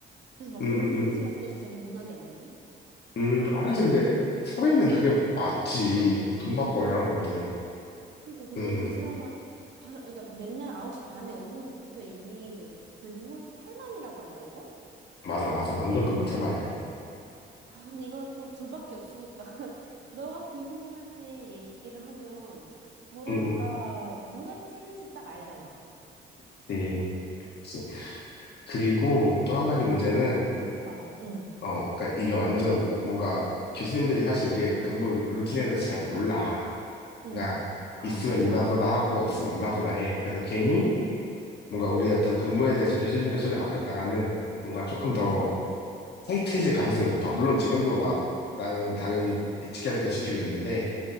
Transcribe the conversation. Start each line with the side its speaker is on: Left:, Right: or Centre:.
Right: 그래서 막
Left: 응응응
Right: 5분 지각도 살짝 용납이 안 되는?
Left: 음, 아, 사실 근데 사회는 그게 맞지. 돈 받고 일하는 건데.
Right: 그러니까 근데
Left: 응, 응.
Right: 이 사람은 바로, 그러니까 맨날 9시 반에 오는 것부터 이미 그 근무 태만이라고 하나, 이거?
Left: 맞아, 맞아. 완전 근무 테마야
Right: 아, 근데 이걸 또 둘밖에 없으니까. <laughs> 너가 교수님한테 얘기를 하면, 뭐랄까,
Left: 응, 응.
Right: 누가 찌른지 딱 알잖아.
Left: 그치, 그치. 그리고 또 한 가지 문제는,
Right: 어렵다. 응,
Left: 어, 그니까 이게 완전 뭔가 교수님들이 사실 우리의 근무 루- 루틴에 대해서 잘 몰라.
Right: 응.
Left: 그냥
Right: 아,
Left: 있으면
Right: 진짜?
Left: 있나 보다 하고 없으면 없나 보다 해. 그래서 괜히 뭔가 우리의 어떤 근무에 대해서 교수님들의 손에 맡겼다가는 뭔가 조금
Right: 응,
Left: 더 타이트해질 가능성이 높아. 물론 지금도 막 나는 당연히 지켜야 될 건 지키고 있는데,